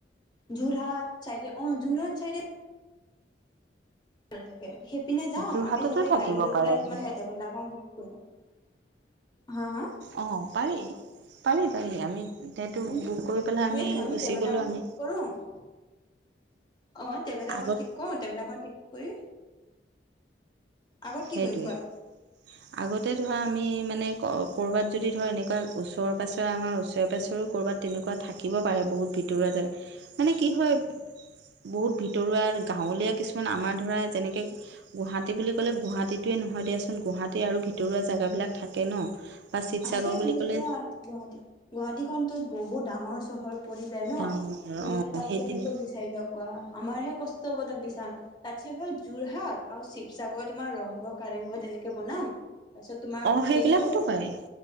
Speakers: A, on the left; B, on the right.
A: যোৰহাট চাইডে অ', যোৰহাট চাইডে থাকে, সেইপিনে যাম
B: যোৰহাটতো
A: আমি চবে
B: থাকিব
A: গাড়ী লৈ পেলাই
B: পাৰে যোৰহাট
A: মানে <unintelligible> হা'! হা'!
B: অ', পাৰি, পাৰি, পাৰি আমি সেইটো
A: আমি
B: বুক কৰি পেলাই
A: সেইটোৱে আমি
B: গুচি
A: ট্ৰেভেলাৰখন
B: গ'লোঁ আমি
A: ঠিক কৰোঁ অ', ট্ৰেভেলাৰখন
B: আগত
A: ঠিক কৰোঁ ট্ৰেভেলাৰখন ঠিক কৰি আগত
B: সেইটোৱেই।
A: কি কৰিম কোৱা <inaudible>
B: আগতে ধৰা আমি মানে ক'ৰ-ক'ৰবাত যদি ধৰা এনেকুৱা ওচৰেৰ পাছৰে আমাৰ ওচৰে পাজৰেও ক'ৰবাত তেনেকুৱা থাকিব পাৰে বহুত ভিতৰুৱা জেগা, মানে কি হয় বহুত ভিতৰুৱা গাঁৱলীয়া কিছুমান আমাৰ ধৰা যেনেকৈ গুৱাহাটী বুলি ক'লে গুৱাহাটীটোৱে নহয় দিয়াচোন গুৱাহাটী আৰু ভিতৰুৱা জেগাবিলাক থাকে ন বা শিৱসাগৰ
A: আছে বলু
B: বুলি ক'লে
A: এতিয়া গুৱাহাটী গুৱাহাটী খনটো বহুত ডাঙৰ চহৰ পৰি যায় ন
B: ডাঙৰ
A: কিন্তু
B: অঁ
A: এতিয়া তাত
B: সেই
A: কেনেকৈ
B: তেনে
A: চাইিবা কোৱা আমাৰহে কষ্ট হ'ব তাক বিচাল তাতছে ভাল যোৰহাট আৰু শিৱসাগৰ তোমাৰ ৰংঘৰ কাৰেংঘৰ তেনেকে বনাম তাৰপিছত তোমাৰ
B: অঁ সেইবিলাকতো
A: এনেকুৱা যে ভাল
B: পাৰে